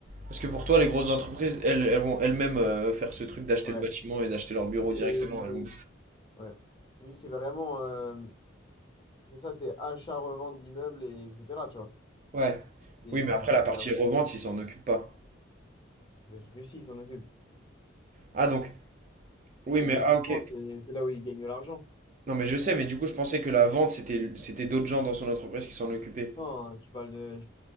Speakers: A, on the right (about 40°); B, on the left (about 25°).
A: Parce que pour toi, les grosses entreprises, elles, elles vont elles-mêmes euh, faire ce truc d'acheter
B: Ouais.
A: le bâtiment et d'acheter leur bureau
B: Lui, c'est
A: directement.
B: c'est-
A: Elles vont-
B: ouais. Lui, c'est vraiment euh, c'est ça, c'est achat-revente d'immeubles et etc. Tu vois.
A: Ouais.
B: Et,
A: Oui, mais après, la partie
B: et après,
A: revente, ils s'en occupent pas.
B: bien sûr que si, ils s'en occupent.
A: Ah, donc Oui,
B: C'est
A: mais
B: le
A: ah
B: justement,
A: ok.
B: c'est c'est là où ils gagnent de l'argent.
A: Non, mais je sais, mais du coup, je pensais que la vente, c'était c'était d'autres gens dans son entreprise qui s'en occupaient.
B: Non, tu parles de